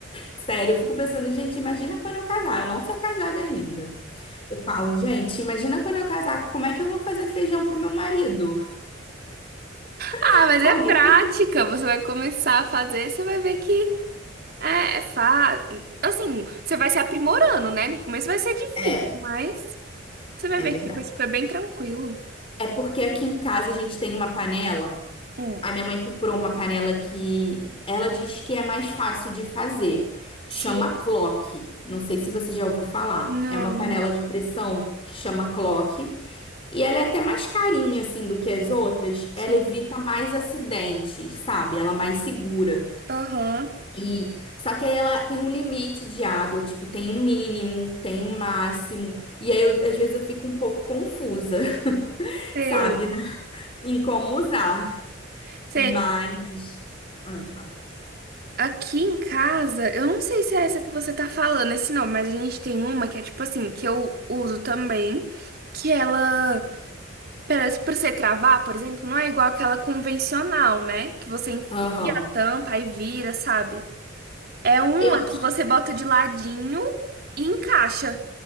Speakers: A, on the left (about 30°); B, on the right (about 50°).
A: Sério, eu fico pensando, gente, imagina quando eu casar. Eu não sou casada ainda. Eu falo, gente, imagina quando eu casar, como é que eu vou fazer feijão pro meu marido?
B: Ah,
A: <laughs>
B: mas é
A: Alguém
B: prática.
A: me...
B: Você vai começar a fazer, você vai ver que É, é fa... assim, você vai se aprimorando, né? No começo vai ser difícil,
A: É,
B: mas você vai
A: é
B: ver
A: verdade.
B: que depois fica bem tranquilo.
A: É porque aqui em casa a gente tem uma panela
B: Hum.
A: A minha mãe comprou uma panela que ela diz que é mais fácil de fazer. Chama
B: Sei.
A: clock. Não sei se você já ouviu falar.
B: Não,
A: É uma panela de pressão que chama clock. E ela é até mais carinha, assim, do que as outras.
B: sei.
A: Ela evita mais acidentes, sabe? Ela é mais segura.
B: Aham,
A: E só que aí ela tem um limite de água, tipo, tem um mínimo, tem um máximo. E aí, eu- às vezes, eu fico um pouco confusa, <laughs>
B: sei.
A: sabe? né? Em como usar.
B: Sei.
A: Mas. Ah, fala.
B: Aqui em casa, eu não sei se é essa que você tá falando, esse nome, mas a gente tem uma que é tipo assim, que eu uso também, que ela, pra, pra você travar, por exemplo, não é igual aquela convencional, né? Que você enfia
A: Aham.
B: a tampa e vira, sabe? É uma
A: Eu acho
B: que você
A: que
B: bota de ladinho e encaixa.